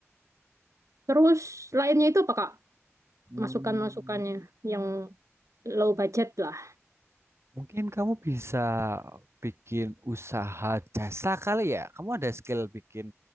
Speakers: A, on the right (about 85°); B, on the right (about 60°).
A: Terus lainnya itu apa Kak?
B: Hmm,
A: Masukan-masukannya yang low budget lah.
B: mungkin kamu bisa bikin usaha jasa kali ya. Kamu ada skill bikin